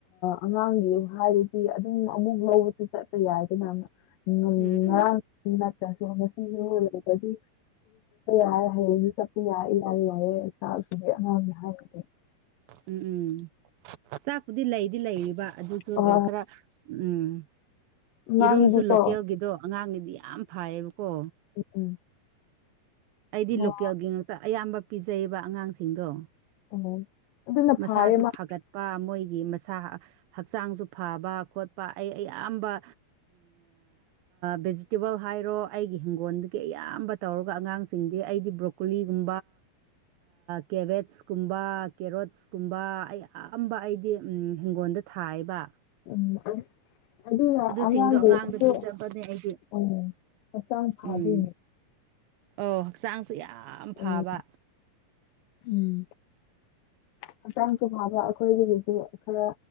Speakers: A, on the left (about 80°); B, on the right (about 85°).
A: ꯑꯉꯥꯡꯒꯤ ꯍꯥꯏꯔꯗꯤ ꯑꯗꯨꯝ ꯑꯃꯨꯛ ꯂꯧꯕꯁꯨ ꯆꯠꯄ ꯌꯥꯏꯗꯅ ꯉꯔꯥꯡ
B: ꯎꯝ ꯎꯝ
A: ꯅꯠꯇ꯭ꯔꯁꯨ ꯉꯁꯤꯁꯨ ꯂꯩꯕꯗꯤ ꯌꯥꯔꯦ ꯍꯌꯦꯡꯁꯨ ꯆꯠꯄꯤ ꯌꯥꯔ ꯌꯥꯔꯦ ꯌꯥꯏꯔꯦꯁꯤꯡꯁꯦ ꯑꯉꯥꯡꯁ ꯍꯥꯏꯕꯅꯦ
B: ꯎꯝ ꯎꯝ ꯆꯥꯛꯄꯨꯗꯤ ꯂꯩꯗꯤ ꯂꯩꯔꯤꯕ ꯑꯗꯨꯁꯨ
A: ꯑꯣ
B: ꯈꯔ ꯎꯝ
A: ꯑꯉꯥꯡꯗꯤꯀꯣ
B: ꯌꯦꯔꯨꯝꯁꯨ ꯂꯣꯀꯦꯜꯒꯤꯗꯣ ꯑꯉꯥꯡꯒꯤꯗꯤ ꯌꯥꯝ ꯐꯥꯏꯌꯦꯕꯀꯣ
A: ꯎꯝ
B: ꯑꯩꯗꯤ
A: ꯑꯣ
B: ꯂꯣꯀꯦꯜꯒꯤ ꯉꯥꯛꯛꯇ ꯑꯌꯥꯝꯕ ꯄꯤꯖꯩꯕ ꯑꯉꯥꯡꯁꯤꯡꯗꯣ
A: ꯎꯝ ꯑꯗꯨꯅ
B: ꯃꯁꯥꯁꯨ
A: ꯐꯥꯔꯦ ꯃꯥ
B: ꯐꯒꯠꯄ ꯃꯣꯏꯒꯤ ꯃꯁꯥ ꯍꯛꯆꯥꯡꯁꯨ ꯐꯕ ꯈꯣꯠꯄ ꯑꯩ ꯑꯌꯥꯝꯕ ꯚꯦꯖꯤꯇꯦꯕꯜ ꯍꯥꯏꯔꯣ ꯑꯩꯒꯤ ꯏꯤꯡꯒꯣꯜꯗꯒꯤ ꯑꯌꯥꯝꯕ ꯇꯧꯔꯒ ꯑꯉꯥꯡꯁꯤꯡꯗꯤ ꯑꯩꯗꯤ ꯕ꯭ꯔꯣꯀꯣꯂꯤꯒꯨꯝ ꯀꯦꯕꯦꯀꯨꯝ ꯀꯦꯣ ꯀꯨꯝꯕ ꯑꯌꯥꯝꯕ ꯑꯩꯗꯤ ꯍꯤꯡꯒꯣꯜꯗ ꯊꯥꯏꯕ
A: ꯎꯝ ꯑꯗꯨꯅ
B: ꯑꯗꯨꯁꯤꯡꯗꯣ
A: ꯑꯉꯥꯡꯒꯤꯁꯨ
B: ꯑꯉꯥꯡꯗ ꯄꯤꯖꯕꯅꯦ ꯑꯩ ꯗꯤ
A: ꯎꯝ ꯍꯛꯆꯥꯡ ꯐꯥꯗꯣꯏꯅꯤ
B: ꯎꯝ ꯑꯣ ꯍꯛꯆꯥꯡꯁꯨ ꯌꯥꯝ ꯐꯕ
A: ꯎꯝ ꯎꯝ ꯍꯛꯆꯥꯡꯁꯨ ꯐꯕ ꯑꯩꯈꯣꯏꯒꯤꯁꯤꯁꯨ ꯈꯔ